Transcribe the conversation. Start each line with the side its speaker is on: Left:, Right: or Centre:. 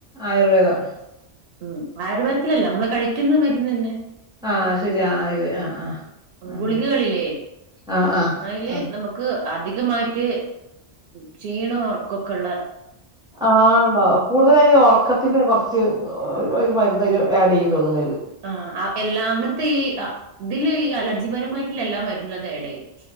Centre: ആയുർവേദം
Right: ഉം ആയുർവേദത്തിലല്ല നമ്മളെ കഴിക്കുന്ന മരുന്ന ന്നെ
Centre: ആ ശരി. ആ ഇത് ആ ആ. ഉം.
Right: ഗുളികകളില്ലേ
Centre: ആ ആ.
Right: അതില്
Centre: ആ.
Right: നമ ക്ക് അധികമായിട്ട് ക്ഷീണ ഒറക്കൊക്കെ ഉള്ള
Centre: ആഹ് ഉണ്ടോ കൂടുതലായി ഒറക്കത്തിന് കൊറച്ച് ഒരു മർന്നയ്ൽ ആഡ് ചെയ്യും തോന്നണ്ടയില്
Right: ആഹ് എല്ലാ അങ്ങനത്തെ ഈ ഇതില് അലർജിപരമായിട്ടുള്ള എല്ലാ മരുന്നുള്ളത് ഏടയും